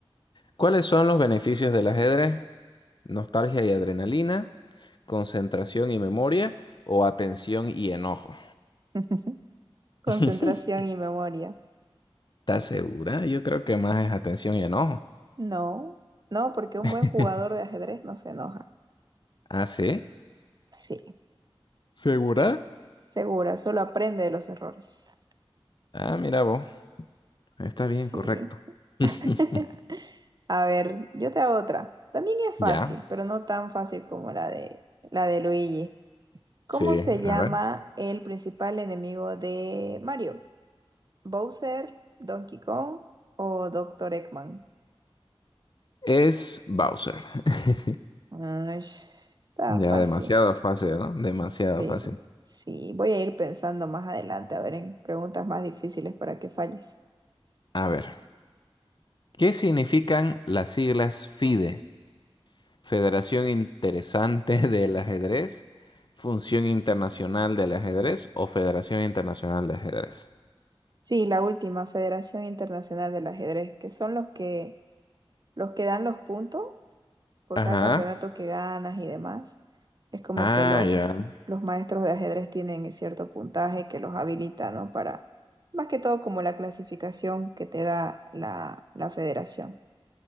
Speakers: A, on the left; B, on the right.
A: ¿Cuáles son los beneficios del ajedrez? ¿Nostalgia y adrenalina? ¿Concentración y memoria? ¿O atención y enojo?
B: <laughs> Concentración
A: <laughs>
B: y memoria.
A: ¿Estás segura? Yo creo que más es atención y enojo.
B: No, no, porque un
A: <laughs>
B: buen jugador de ajedrez no se enoja.
A: ¿Ah, sí?
B: Sí,
A: ¿Segura?
B: segura, solo aprende de los errores.
A: Ah, mira vos. Está
B: Sí.
A: bien, correcto.
B: <laughs>
A: <laughs>
B: A ver, yo te hago otra. También es fácil,
A: Ya.
B: pero no tan fácil como la de la de Luigi. ¿Cómo
A: Sí,
B: se llama
A: a ver.
B: el principal enemigo de Mario? Bowser, Donkey Kong o Doctor Eggman.
A: Es Bowser. <laughs>
B: Ay, está
A: Ya
B: fácil.
A: demasiado fácil, ¿no? Demasiado
B: Sí,
A: fácil.
B: sí. Voy a ir pensando más adelante, a ver, en preguntas más difíciles para que falles.
A: A ver, ¿qué significan las siglas FIDE? Federación Interesante <laughs> del Ajedrez, Función Internacional del Ajedrez o Federación Internacional de Ajedrez.
B: Sí, la última, Federación Internacional del Ajedrez, que son los que, los que dan los puntos por
A: Ajá.
B: cada campeonato que ganas y demás. Es como
A: Ah,
B: que los,
A: ya.
B: los maestros de ajedrez tienen cierto puntaje que los habilita, ¿no? Para, más que todo, como la clasificación que te da la, la federación.